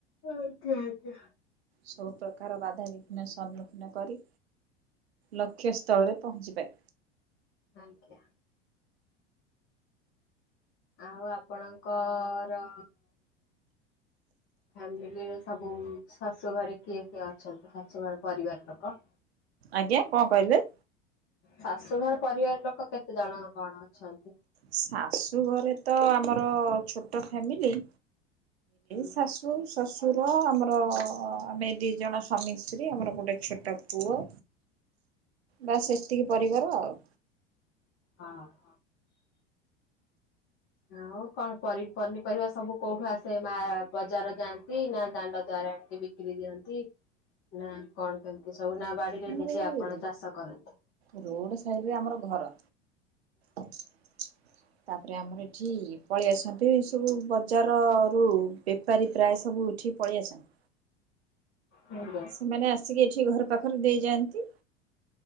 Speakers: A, on the left; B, on the right.
A: ଓ ଆଜ୍ଞା ଆଜ୍ଞା।
B: ସବୁ ପ୍ରକାର ବାଧାବିଘ୍ନ ସମ୍ମୁଖୀନ କରି ଲକ୍ଷ୍ୟସ୍ଥଳରେ ପହଞ୍ଚିପାରିବ।
A: ଆଜ୍ଞା। ଆଉ ଆପଣଙ୍କର ଫାମିଲିରେ ସବୁ ଶାଶୁ ଘରେ କିଏ କିଏ ଅଛନ୍ତି ଶାଶୁ ଘର ପରିବାର ଲୋକ?
B: ଆଜ୍ଞା କଣ କହିଲେ?
A: ଶାଶୁଘର ପରିବାର ଲୋକ କେତେ ଜଣ କଣ ଅଛନ୍ତି?
B: ଶାଶୁ ଘରେ ତ ଆମର ଛୋଟ ଫାମିଲି ହେଇ
A: ଏମିତି
B: ଶାଶୁ ଶାଶୁ, ଶ୍ୱଶୁର, ଆମର ଆମେ ଦୁଇଜଣ ସ୍ୱାମୀ ସ୍ତ୍ରୀ, ଆମର ଗୋଟେ ଛୋଟ ପୁଅ ବାସ ଏତିକି ପରିବାର ଆଉ
A: ହଁ। ଆଉ କଣ ପନିପରିବା ସବୁ କୋଉଠୁ ଆସେ ମା ବଜାର ଯାଆନ୍ତି ନା ଦାଣ୍ଡ ଦ୍ଵାର ଆଣନ୍ତି? ବିକିରି ଦିଅନ୍ତି ନା କଣ କେମିତି ସବୁ ନା ବାଡିରେ
B: ଆମର
A: ନିଜେ ଆପଣ
B: ଏଇ
A: ଚାଷ କରନ୍ତି।
B: ରୋଡ ସାଇଡ ଆମର ଘର ତାପରେ ଆମର ଏଠି ପଳେଇ ଆସନ୍ତି ଏ ସବୁ ବଜାର ରୁ ବେପାରୀ ପ୍ରାୟ ସବୁ ଉଠିକି ପଳେଇ ଆସନ୍ତି।
A: ହୁଁ।
B: ସେମାନେ ଆସିକି ଏଠି ଘର ପାଖରେ ଦେଇଯାଆନ୍ତି।